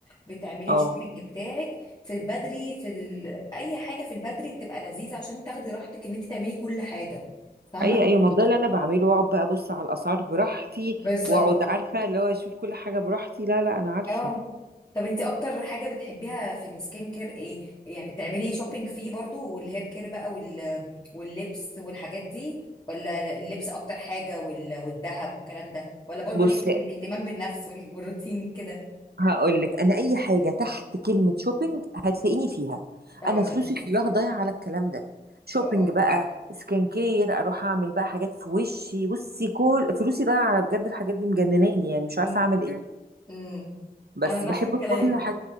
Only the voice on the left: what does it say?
بتعملي
الشوبينج بتاعك في البدري في ال... اي حاجه في البدري بتبقى لذيذه عشان تاخدي راحتك ان انت تعملي كل حاجه فاهمه
بالظبط
اه طب انت اكتر حاجة بتحبيها في السكين كير ايه يعني بتعملي شوبينج فيه برضو والهير كير بقى وال... واللبس والحاجات دي ولا اللبس اكتر حاجة وال... والذهب والكلام ده ولا برضو
ليكي في الاهتمام بالنفس وال... والروتين كده
اه
اه
امم
امم
انا
نفس الكلام